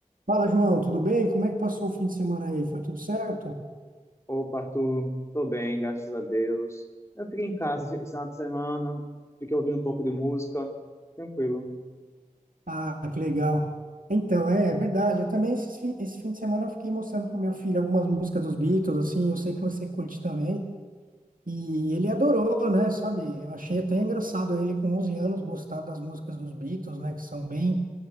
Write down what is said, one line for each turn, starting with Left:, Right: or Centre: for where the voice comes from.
Right: Fala, João, tudo bem? Como é que passou o fim de semana aí? Foi tudo certo?
Left: Opa, Arthur, tô bem, graças a Deus. Eu fiquei em casa esse esse final de semana, fiquei ouvindo um pouco de música, tranquilo.
Right: Ah, que legal. Então, é verdade. Eu também, esse fim, esse fim de semana, eu fiquei mostrando pro meu filho algumas músicas dos Beatles, assim, eu sei que você curte também. E ele adorou, né? Sabe? Eu achei até engraçado ele, com 11 anos, gostar das músicas dos Beatles, né? Que são bem